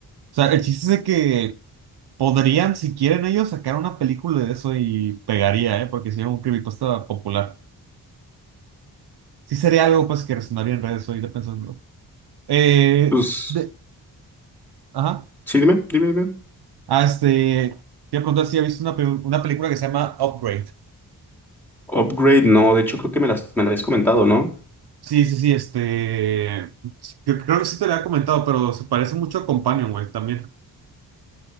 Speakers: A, on the right; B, in the centre.
A: sea, el chiste es de que podrían, si quieren ellos, sacar una película de eso y pegaría, ¿eh? Porque si era un creepypasta popular. Sí sería algo, pues, que resonaría en redes ahorita pensando. Eh,
B: Pues
A: de, ajá.
B: sí, dime, dime, dime.
A: Ah, este, te voy a preguntar si has visto una, pe- una película que se llama Upgrade.
B: Upgrade, no, de hecho creo que me las, me la habías comentado, ¿no?
A: Sí, sí, sí, este. Creo, creo que sí te lo había comentado, pero se parece mucho a Companion, güey, también.